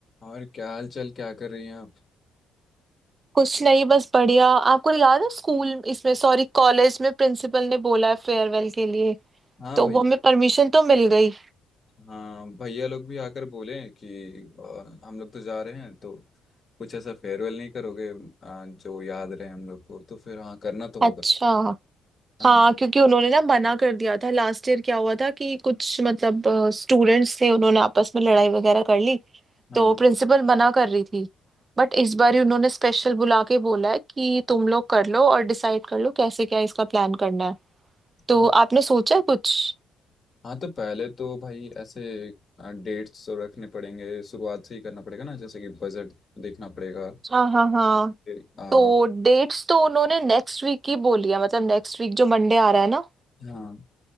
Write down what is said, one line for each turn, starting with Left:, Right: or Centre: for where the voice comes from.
Left: और क्या हाल चाल क्या कर रही हैं आप
Right: कुछ नहीं बस बढ़िया आपको याद है स्कूल इसमें सॉरी कॉलेज में प्रिंसिपल ने बोला है फेयरवेल के लिए
Left: हाँ
Right: तो
Left: भाई
Right: वो हमें परमिशन तो मिल गई
Left: हाँ भैया लोग भी आकर बोले कि अ, हम लोग तो जा रहे हैं तो कुछ ऐसा फेयरवेल नहीं करोगे अ, जो याद रहे हम लोग को तो फिर हाँ करना तो
Right: अच्छा
Left: होगा हाँ
Right: हाँ क्योंकि उन्होंने ना मना कर दिया था लास्ट ईयर क्या हुआ था कि कुछ मतलब स्टूडेंट्स थे उन्होंने आपस में लड़ाई वगैरह कर ली
Left: हाँ
Right: तो प्रिंसिपल मना कर रही थी बट इस बार ही उन्होंने स्पेशल बुला के बोला है कि तुम लोग कर लो और डिसाइड कर लो कैसे क्या इसका प्लान करना है
Left: हाँ
Right: तो आपने सोचा है कुछ
Left: हाँ तो पहले तो भाई ऐसे डेट्स तो रखने पड़ेंगे शुरुआत से ही करना पड़ेगा ना जैसे कि बजट देखना पड़ेगा
Right: हाँ हाँ हाँ
Left: फिर, अ,
Right: तो डेट्स तो उन्होंने नेक्स्ट वीक की बोली है मतलब नेक्स्ट वीक जो मंडे आ रहा है ना
Left: हाँ